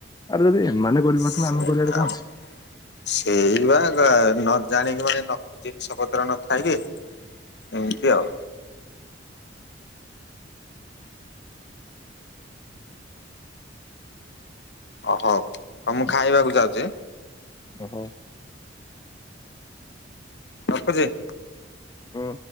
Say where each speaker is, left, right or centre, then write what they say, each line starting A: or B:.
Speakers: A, on the left; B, on the left.
A: ଆର୍ ଯଦି ଏମାନେ କରିପାରୁଛନ୍ତି
B: ସେଇଆ
A: ଆମେ କରିବାରେ କଣ
B: ମ।
A: ଅଛି।
B: ସେଇ ବା ନ ଜାଣିକି ମାନେ ଜିନିଷ ପତ୍ର ନଥାଏ କି ଏମିତି ଆଉ। ଓହୋ ହଉ ମୁଁ ଖାଇବାକୁ ଯାଉଛି।
A: ଓହୋ।
B: ରଖୁଛି।
A: ହୁଁ।